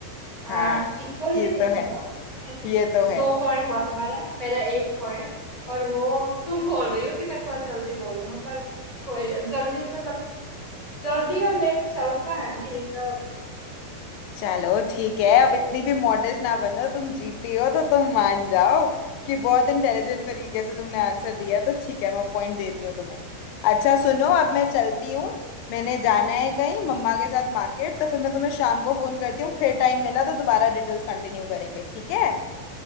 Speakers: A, on the left; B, on the left.
A: हाँ
B: हाँ
A: इक्वल
B: ये
A: भी नहीं
B: तो है
A: हुआ कैसे
B: ये तो है
A: दो पॉइंट हुआ तुम्हारा मेरा एक पॉइंट और वो तुम बोल रही हो कि मैं थोड़ा जल्दी बोल रही हूँ पर कोई जल्दी मतलब जल्दी और लेट चलता है ना ये सब
B: चलो ठीक
A: हम्म,
B: है अब इतनी भी मॉडर्न ना बनो तुम जीती हो तो तुम मान जाओ कि बहुत इंटेलिजेंट तरीके से तुमने आंसर दिया तो ठीक है मैं पॉइंट देती हूँ तुम्हें अच्छा सुनो अब मैं
A: ठीक
B: चलती हूँ मैंने जाना है कहीं मम्मा के साथ मार्केट तो फिर मैं तुम्हें शाम को फोन करती हूँ फिर टाइम मिला तो दोबारा डिटेल्स कंटिन्यू करेंगे ठीक है